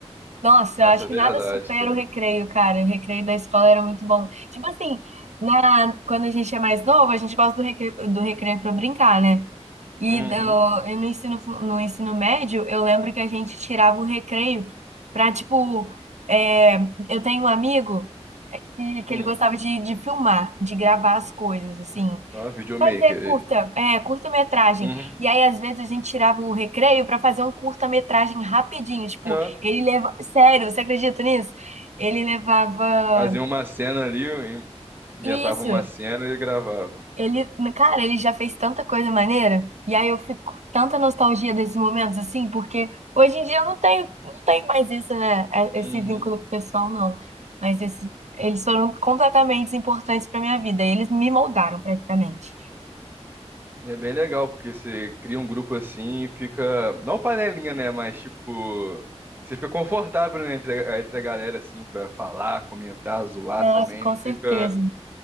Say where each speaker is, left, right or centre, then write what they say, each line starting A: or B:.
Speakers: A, on the right (about 85°); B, on the right (about 20°).
A: Nossa,
B: Nossa,
A: eu acho que
B: verdade,
A: nada supera
B: cara.
A: o recreio, cara. O recreio da escola era muito bom. Tipo assim, na, quando a gente é mais novo, a gente gosta do recreio, do recreio para brincar, né? E,
B: Uhum.
A: do, e no ensino, fu- no ensino médio, eu lembro que a gente tirava o recreio pra, tipo, é, eu tenho um amigo que, que
B: Hum.
A: ele gostava de, de filmar, de gravar as coisas, assim.
B: ah videomaker
A: Fazer
B: ele.
A: curta, é, curta-metragem.
B: Uhum.
A: E aí, às vezes, a gente tirava o recreio para fazer um curta-metragem rapidinho. Tipo,
B: Ó,
A: ele leva. Sério, você acredita nisso? Ele levava.
B: fazia uma cena ali, in- inventava
A: Isso.
B: uma cena e gravava.
A: Ele, cara, ele já fez tanta coisa maneira. E aí eu fico com tanta nostalgia desses momentos, assim, porque hoje em dia eu não tenho, não tenho mais isso, né? É- Esse
B: Uhum.
A: vínculo com o pessoal, não. Mas esse, eles foram completamente importantes para minha vida. Eles me moldaram praticamente.
B: E é bem legal, porque você cria um grupo assim e fica. Não panelinha, né? Mas tipo. Você fica confortável, né, entre, a- entre a galera, assim, pra falar, comentar, zoar
A: Nossa,
B: também.
A: com
B: Não fica.
A: certeza.